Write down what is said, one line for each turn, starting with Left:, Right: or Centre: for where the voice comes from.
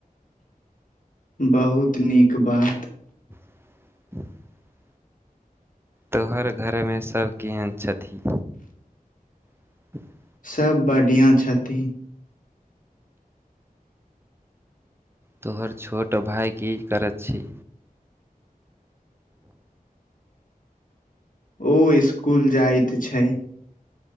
Left: बहुत नीक बात।
Right: <inaudible> तोहर घरमे सब केहेन छथि। <inaudible>
Left: सब बढ़ियां छथि।
Right: तोहर छोट भाय की करै छै।
Left: ओ स्कुल जाइत छै।